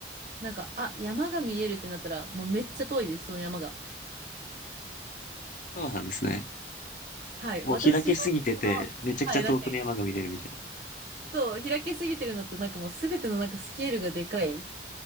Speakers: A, on the right; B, on the left.
A: なんか、あ、山が見えるってなったら、もうめっちゃ遠いです、その山が。
B: そうなんですね。
A: はい、
B: もう開けすぎてて、
A: 私の、この、
B: めちゃくちゃ遠くの山が見れるみたいな。
A: はい、なんか、そう、開けすぎてるのと、なんかもうすべてのなんかスケールがでかい。